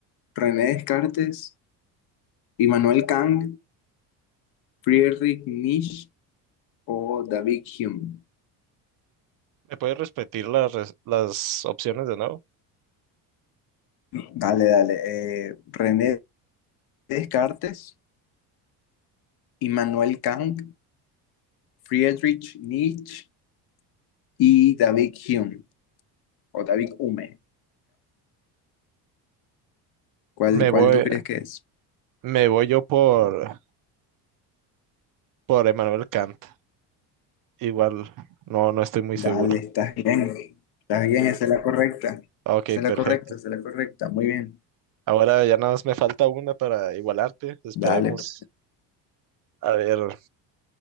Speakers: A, on the left (about 60°); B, on the right (about 50°).
A: ¿René Descartes, Immanuel Kant, Friedrich Nietzsche o David Hume?
B: ¿Me puedes repetir las, res- las opciones de nuevo?
A: Dale, dale. eh, René Descartes, Immanuel Kant, Friedrich Nietzsche y David Hume, o David Hume. ¿Cuál,
B: Me
A: cuál
B: voy,
A: tú crees que es?
B: me voy yo por, por Emmanuel Kant. Igual, no, no estoy muy
A: Dale,
B: seguro.
A: estás bien. Estás bien, esa es la correcta.
B: Ok,
A: Esa es
B: perfecto.
A: la correcta, esa es la correcta. Muy bien.
B: Ahora ya nada más me falta una para igualarte. Esperemos.
A: Dale. pues.
B: A ver.